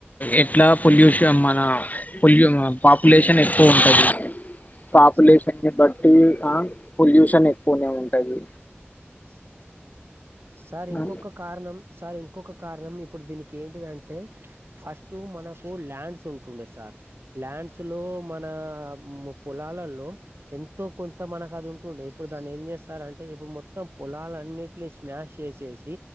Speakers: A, on the left (about 35°); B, on the right (about 65°).
A: ఎట్లా పొల్యూష మన పొయ్యు పాపులే ఎక్కువ ఉంటది పాపులేషన్
B: అవును సార్
A: ని బట్టి ఆ పొల్యూషన్ ఎక్కువనే ఉం అయి
B: స్ సార్ ఇంకొక
A: ఆ,
B: కారణం సార్ ఇంకొక కారణం ఇప్పుడు దీనికెంటిదంటే ఫస్ట్ మనకు ల్యాండ్స్ ఉంటుండే సార్ ల్యాండ్స్ లో మన పొలాలల్లో ఎంతో కొంత మనకు అది ఉంటుండే ఇప్పుడు దాన్నేం చేస్తారంటే ఇప్పుడు మొత్తం పొలాలన్నింటిసి స్నాష్ చేసేసి